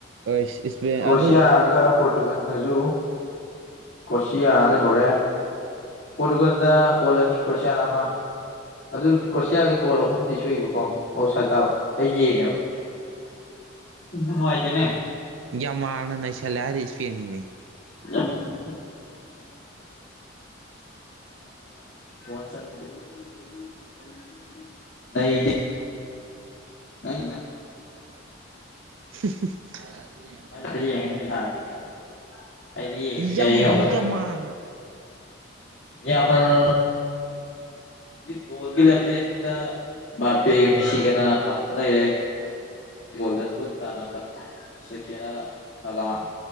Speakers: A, on the right (about 80°); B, on the left (about 70°).
A: ꯑꯣꯏꯁ ꯏꯁꯄꯦꯟ
B: ꯀ꯭ꯔꯣꯁꯤꯌꯥꯒ
A: ꯑꯗꯨ
B: ꯄꯣꯔꯇꯨꯒꯜꯒꯁꯨ ꯀꯣꯁꯤꯌꯥ ꯂꯩꯍꯧꯔꯦ ꯄꯣꯔꯇꯨꯒꯥꯟꯗ ꯒꯣꯜ ꯑꯅꯤ ꯀ꯭ꯔꯣꯁꯤꯌꯥꯅ ꯑꯃ ꯑꯗꯨ ꯀ꯭ꯔꯣꯁꯤꯌꯥꯁ ꯒꯣꯜ ꯑꯍꯨꯝ ꯁꯨꯕꯀꯣ ꯑꯣꯎ ꯁꯥꯠ ꯇꯥꯕ ꯑꯩ ꯌꯦꯡꯉꯦꯕ ꯅꯨꯉꯥꯏꯇꯦꯅꯦ
A: ꯌꯥꯝꯃꯥꯜꯅ ꯅꯩꯁꯜꯂꯦ ꯍꯥꯏꯔꯤ ꯏꯁꯄꯦꯟꯒꯤꯗꯤ
B: ꯌꯥꯝ <inaudible> ꯍꯟꯁꯗꯤ <inaudible> ꯂꯩꯗꯤ <inaudible> ꯅ <inaudible>
A: <inaudible>
B: ꯀꯩꯀꯥꯗ ꯑꯩꯗꯤ <inaudible>
A: ꯌꯥꯃꯤꯅꯣ
B: ꯅꯦꯝꯕꯗ
A: ꯌꯥꯝꯃꯥꯜ
B: ꯌꯥꯃꯜ ꯀꯣꯜꯒꯤ ꯂꯥꯝꯖꯦꯜꯗ ꯕꯥꯄꯦ ꯀ ꯃꯤꯁꯤ ꯒꯅꯤ ꯑ ꯐꯥꯥꯁꯇ ꯂꯩꯔꯦ ꯒꯣꯜꯗꯟ ꯕꯨꯨꯠ ꯇꯥꯟꯅꯕ ꯁꯦꯐꯣꯟꯗ ꯍꯂꯥꯟꯗ